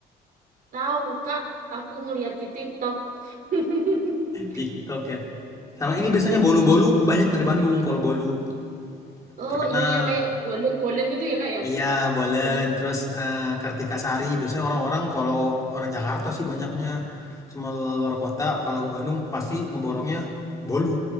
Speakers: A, on the right; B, on the left.
A: Tahu, Kak. Aku ngeliat di TikTok. <laughs>
B: TikTok ya. Sama ini biasanya bolu-bolu
A: Iya.
B: banyak dari Bandung kalau bolu.
A: Oh
B: Terkenal.
A: iya iya kayak bolen-bolen itu ya kak ya.
B: Iya, Bolen.
A: Bener ya?
B: Terus eh, Kartika Sari. Biasanya orang-orang kalau orang Jakarta sih banyaknya sama luar kota. Kalau ke Bandung pasti ngeborongnya bolu